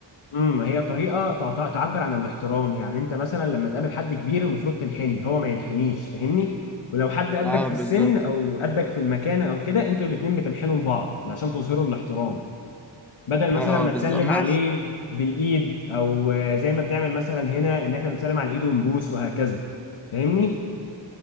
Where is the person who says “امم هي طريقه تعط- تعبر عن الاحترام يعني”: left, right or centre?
Left